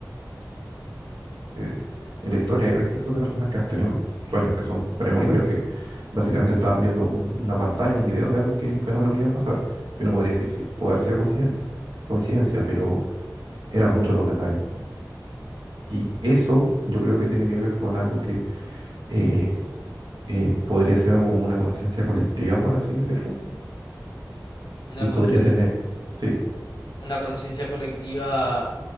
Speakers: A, on the right; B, on the left.
A: eh, en la historia hay registros de personas que han tenido sueños que son premonitorios, que básicamente estaban viendo un- una pantalla, un video de algo que, un fenómeno que iba a pasar. Yo no podría decir si puede haber sido coincidente, coincidencia, pero eran muchos los detalles. Y eso yo creo que tiene que ver con algo que eh, eh, podría ser algo como una conciencia colectiva, por así decirlo,
B: Una,
A: y podría
B: cons-
A: tener, sí,
B: una conciencia colectiva,